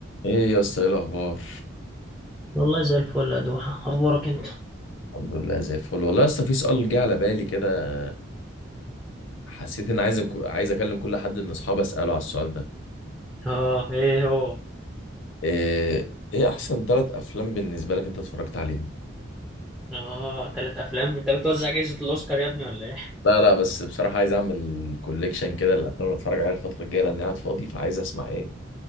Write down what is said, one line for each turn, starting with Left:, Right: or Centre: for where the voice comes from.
Left: ايه يا اسطى ايه الاخبار
Centre: والله زي الفل يا دوحة أخبارك أنت؟
Left: الحمد لله زي الفل والله يا اسطى في سؤال جه على بالي كده حسيت ان عايز عايز اكلم كل حد من اصحابي اساله على السؤال ده
Centre: آه إيه هو؟
Left: ايه ايه احسن ثلاث افلام بالنسبه لك انت اتفرجت عليهم
Centre: آه تلات أفلام أنت بتوزع جائزة الأوسكار يا ابني ولا إيه؟
Left: لا لا بس بصراحه عايز اعمل كوليكشن كده الافلام اللي اتفرج عليها الفتره الجايه لاني قاعد فاضي فعايز اسمع ايه